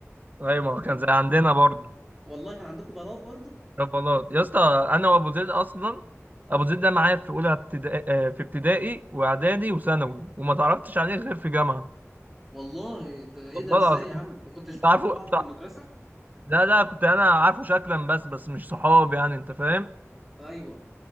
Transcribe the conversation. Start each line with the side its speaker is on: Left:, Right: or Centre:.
Right: ايوه
Centre: <laughs>
Right: ما هو كان زي عندنا برضه
Centre: والله كان عندكم بلاط برضه
Right: ربلاط يا اسطى انا وابو زيد اصلا ابو زيد ده معايا في اولى ابتدائي آه، في ابتدائي واعدادي وثانوي وما تعرفتش عليه غير في جامعه
Centre: والله ده ايه
Right: والله
Centre: ده ازاي
Right: العظيم
Centre: يا عم ما كنتش
Right: كنت
Centre: بتحبوا
Right: عارفه
Centre: بعض
Right: بتاع-
Centre: في المدرسه
Right: لا لا كنت انا عارفه شكلا بس بس مش صحاب يعني انت فاهم
Centre: ايوه